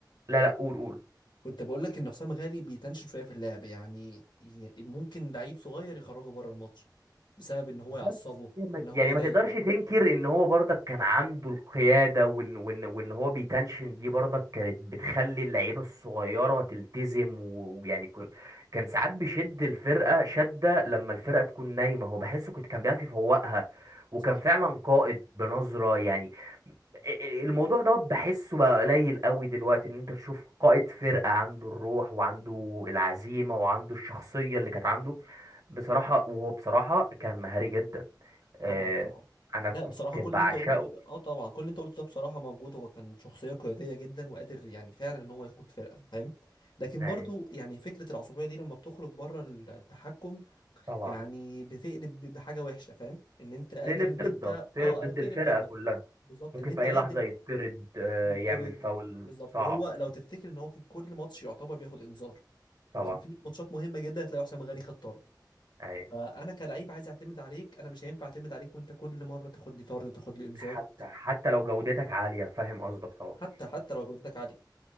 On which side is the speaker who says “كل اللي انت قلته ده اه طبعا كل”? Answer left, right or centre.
Left